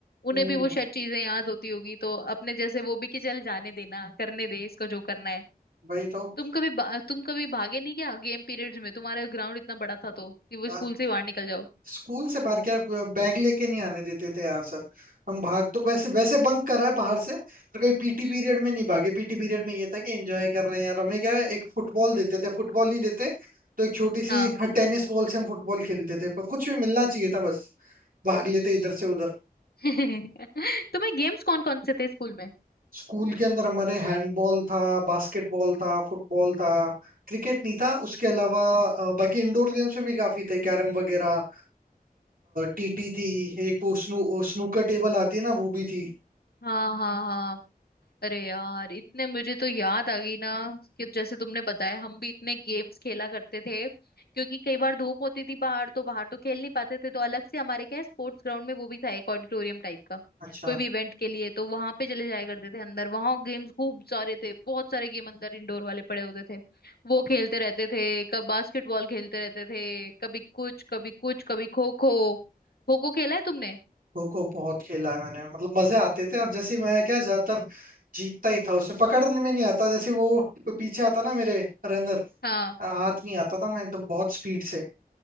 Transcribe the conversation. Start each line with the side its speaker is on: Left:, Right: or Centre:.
Right: हम्म
Left: उन्हें भी वो शायद चीजें याद होती होगी तो अपने जैसे वो भी कि चल जाने देना करने दे इसको जो करना है
Right: वही तो
Left: तुम कभी बा- तुम कभी भागे नहीं क्या गेम पीरियड्स में तुम्हारा ग्राउंड इतना बड़ा था तो कि वो
Right: आ,
Left: स्कूल से बाहर निकल जाओ
Right: स्कूल से बाहर क्या बैग लेके नहीं आने देते थे यार सर हम भाग तो वैसे वैसे बंक करा है बाहर से पर कभी पीटी
Left: हम्म
Right: पीरियड में नहीं भागे पीटी पीरियड में ये था कि एंजॉय कर रहे हैं और हमें क्या है एक फुटबॉल देते थे फुटबॉल नहीं देते तो एक छोटी
Left: हाँ
Right: सी टेनिस बॉल से हम फुटबॉल खेलते थे पर कुछ भी मिलना चाहिए था बस भाग लेते
Left: हम्म
Right: इधर से उधर
Left: <laughs> तुम्हें गेम्स कौन कौन से थे स्कूल में
Right: स्कूल के अंदर हमारे हैंडबॉल था बास्केटबॉल था फुटबॉल था क्रिकेट नहीं था उसके अलावा अ, बाकी इंडोर गेम्स में भी काफी थे कैरम वगैरह टीटी थी एक वो स्नू स्नूकर टेबल आती है ना वो भी थी
Left: हाँ हाँ हाँ अरे यार इतने मुझे तो याद आ गई ना कि जैसे तुमने बताया हम भी इतने गेम्स खेला करते थे क्योंकि कई बार धूप होती थी बाहर तो बाहर तो खेल नहीं पाते थे तो अलग से हमारे क्या है स्पोर्ट्स ग्राउंड में वो भी था एक ऑडिटोरियम टाइप का
Right: अच्छा
Left: कोई भी इवेंट के लिए तो वहां पे चले जाया करते थे अंदर वहां गेम्स खूब सारे थे बहुत सारे गेम अंदर इंडोर वाले पड़े होते थे वो खेलते रहते थे कब बास्केटबॉल खेलते रहते थे कभी कुछ कभी कुछ कभी खो खो खो खो खेला है तुमने
Right: खो खो बहुत खेला है मैंने मतलब मजे आते थे और जैसे मैं क्या ज्यादातर जीतता ही था उसे पकड़ने में नहीं आता जैसे वो कोई पीछे आता ना मेरे रनर
Left: हाँ
Right: हाथ नहीं आता था मैं एकदम बहुत स्पीड से